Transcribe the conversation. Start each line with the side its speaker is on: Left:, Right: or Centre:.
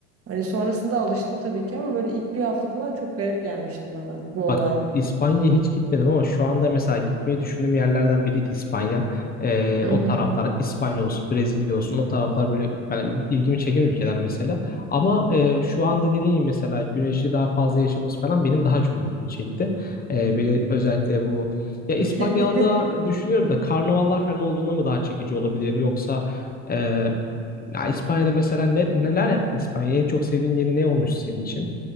Right: Hani sonrasında alıştım tabii ki ama böyle ilk bir hafta falan çok garip gelmişti bana bu olay.
Left: Bak İspanya'ya hiç gitmedim ama şu anda mesela gitmeyi düşündüğüm yerlerden biriydi İspanya. Ee,
Right: Hı
Left: o
Right: hı.
Left: taraflar İspanya olsun, Brezilya olsun o taraflar böyle ben ilgimi çeken ülkeler mesela. Ama e, şu anda dediğim gibi mesela güneşi daha fazla yaşaması falan benim daha çok ilgimi çekti. Ee, beni özellikle bu ya İspanya'da
Right: <laughs>
Left: düşünüyorum da karnavallar falan olduğunda mı daha çekici olabilir yoksa e, ya İspanya'da mesela ne, neler yaptın İspanya'ya? En çok sevdiğin yeri ne olmuştu senin için?